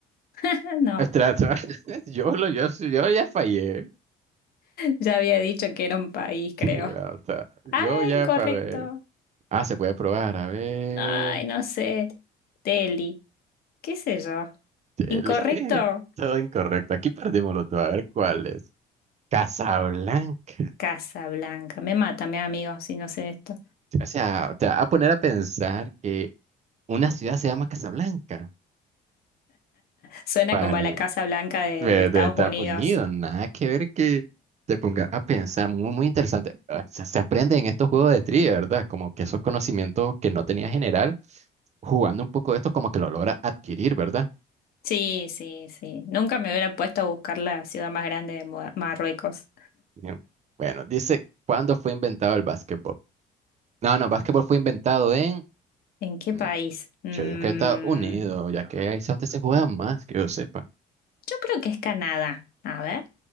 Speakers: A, on the left; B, on the right.
A: <laughs> No,
B: Trato. <laughs> Yo, lo, yo, yo ya fallé.
A: ya había dicho que era un país,
B: Y
A: creo.
B: bravo o sea, yo
A: Ah,
B: ya
A: incorrecto.
B: para ver. Ah, se puede probar, a ver.
A: Ay, no sé. Delhi, qué sé yo.
B: Chele.
A: Incorrecto.
B: <laughs> Todo incorrecto. Aquí perdimos los dos. A ver cuál es. Casablanca.
A: Casa Blanca. Me mata, mi amigo, si no sé esto.
B: O sea, te va a poner a pensar que una ciudad se llama Casablanca.
A: Suena
B: Para
A: como a la Casa Blanca de,
B: de,
A: de Estados
B: de Estados
A: Unidos.
B: Unidos, nada que ver que te ponga a pensar. Muy, muy interesante. O sea, se aprende en estos juegos de trivia, ¿verdad? Como que esos conocimientos que no tenía general, jugando un poco de esto, como que lo logra adquirir, ¿verdad?
A: Sí, sí, sí. Nunca me hubiera puesto a buscar la ciudad más grande de Mo- Marruecos.
B: Bien. Bueno, dice, ¿cuándo fue inventado el básquetbol? No, no, básquetbol fue inventado en...
A: ¿En qué
B: mm,
A: país? Mm,
B: Yo digo que Estados Unidos, ya que ahí es donde se juega más, que yo sepa.
A: Yo creo que es Canadá. A ver.